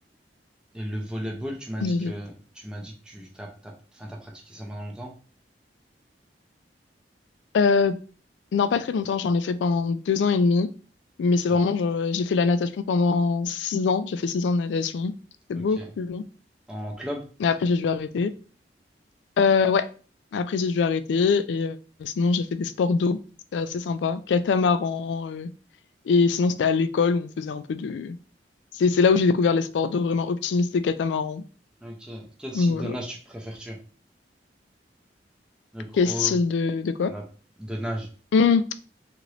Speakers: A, in the centre; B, on the left.
A: Et le volleyball, tu m'as
B: vas-y.
A: dit que tu m'as dit que tu t'as, t'as- enfin, t'as pratiqué ça pendant longtemps?
B: Euh, non, pas très longtemps. J'en ai fait pendant deux ans et demi. Mais c'est
A: Co-
B: vraiment, genre, j'ai fait la natation pendant six ans. J'ai fait six ans de natation. C'est
A: Ok.
B: beaucoup plus long.
A: En club?
B: Mais après, j'ai dû arrêter. Euh, ouais. Après, j'ai dû arrêter. Et euh, sinon, j'ai fait des sports d'eau. C'était assez sympa. Catamaran. euh, Et sinon, c'était à l'école où on faisait un peu de C'est c'est là où j'ai découvert les sports d'eau vraiment optimistes et catamarans.
A: Ok. Quel style
B: Donc, Voilà.
A: de nage tu préfères-tu? Le crawl,
B: Quel style de, de quoi?
A: la... de nage,
B: Hmm,